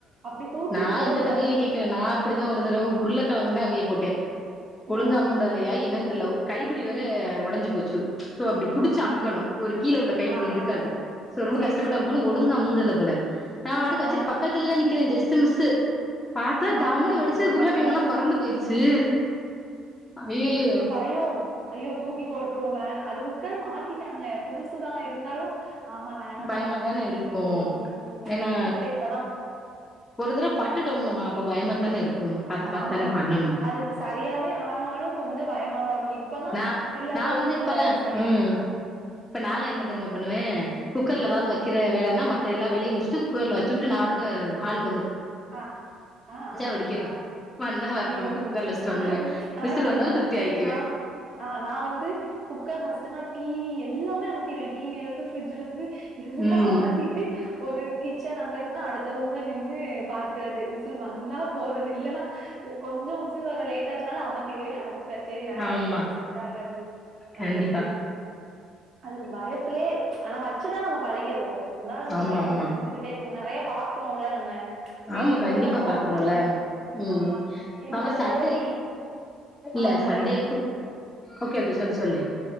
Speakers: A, on the right (about 40°); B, on the left (about 20°).
A: அப்டி தூக்கி
B: நா
A: போடும்
B: இந்த கதைய ஏ கேக்குற நா அப்படிதா ஒரு தடவ உருளைக்கிழங்குனு அவிய போட்டே
A: ம்
B: ஒழுங்கா
A: ம்
B: மூடலையா என்னனு தெர்ல கைப்பிடி வேற ஒடஞ்சு போச்சு சோ அப்டி புடிச்சு
A: ஆ
B: அமுக்கணு ஒரு கீழ உள்ள கைப்பிடி
A: ஆ ஆ
B: இருக்காது
A: ஆமாமா
B: சோ ரொம்ப
A: சேரி
B: கஷ்டப்பட்டு
A: சேரி
B: அமுக்கணு ஒழுங்கா மூடல போல நா வாட்டுக்கு
A: ஆ
B: வச்சுட்டு பக்கத்துலேதா நிக்குறே ஜஸ்ட்டு மிஸ்ஸு பாத்தா
A: ஆ
B: டம்முனு வெடிச்சு
A: நல்ல
B: உருளைக்
A: வேல
B: கெழங்கல்லா பறந்து போயிருச்சு ஐய்யயோ
A: ஐயோ ஐயோ தூக்கி போட்ருவோ வேனா அது குக்கர் மாத்திட்டாங்க புதுசுதா இருந்தாலு ஆஹா வேணா
B: பயமா
A: பறந்துரு
B: தான இருக்கு
A: அப்டின்ட்டு ம்
B: ஏன்னா
A: அது பூட்டு இப்பதா
B: ஒரு தர பட்டுட்டோம்லமா அப்ப பயமா தான இருக்கு பாத்து பாத்து
A: ஆமா
B: தான பண்ணணு
A: அதுக்கு சரியாவே ஆனாலு கொஞ்சொ பயமாதா இருக்கு இப்பதா
B: நா
A: இல்ல
B: நா
A: ஒண்ணு
B: வந்து இப்பல்லா
A: இல்ல சரியாயிட்டு
B: ம் இப்ப நாலா என்ன தெரிம்மா பண்ணுவே குக்கர்ல எதாவது வெக்கிற வேலன்னா மத்த எல்லா வேலயு முடிஸ்ட்டு குக்கர்ல வெச்சுவுட்டு நா வாட்டுக்க ஹாளுக்கு
A: அ அ அ
B: வெடிக்கட்டு
A: ஹ
B: வந்தா வரட்டும்ட்டு
A: ம்
B: குக்கர்ல
A: ம்
B: வச்சுட்டு வந்துருவே
A: அது நானு
B: விசில்
A: அப்டிதா
B: வந்தாலு திருப்தி
A: ஏ
B: ஆயிக்குவே
A: நா அ நா வந்து குக்கர் வஸ்டனா டிவி எல்லாமே அமத்திருவே டிவிலந்து ஃபிரிட்ஜ்லந்து எல்லா
B: ம்
A: அமத்திட்டு ஒரு கிச்சன் அங்க இருக்குன்னா அடுத்த ரூம்ல நின்னு பாக்குறது விசில் வந்தா போறது இல்லேன்னா கொஞ்சோ விசில் வர லேட் ஆச்சுனாலு அமைத்திருவே அடுப் ப்ப செரி வேணா
B: ஆமா
A: நம்மளுக்கு இது செட் ஆகாது
B: கண்டிப்பா
A: அப்டின்ட்டு அது பயத்துலே ஆனா வெச்சுட்டா நம்ம பழகிருவோ இருந்தாலு அந்த
B: ஆமா
A: பய
B: ஆமா
A: கொஞ்சோ இருந்துகிட்டே இருக்கு நறைய பாக்குறோல்ல நம்ம வெடிக்கிறதெல்லா
B: ஆமா கண்டிப்பா
A: பாக்குறோ
B: பாக்குறோல்ல ம்
A: ஆ என்னோட
B: ஆமா சண்டே
A: தோழி
B: இல்ல
A: அவங்க
B: சண்டே ஓகே ஓகே சொல்லு
A: ம்
B: சொல்லு